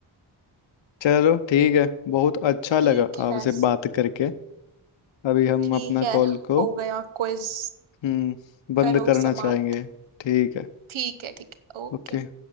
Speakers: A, on the left; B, on the right.
A: चलो ठीक है बहुत अच्छा
B: ठीक
A: लगा आपसे
B: है
A: बात करके अभी हम
B: ठीक
A: अपना
B: है
A: कॉल को
B: हो गया क्विज
A: हम्म बंद
B: करो
A: करना
B: समाप्त
A: चाहेंगे ठीक है
B: ठीक है ठीक है ओके
A: ओके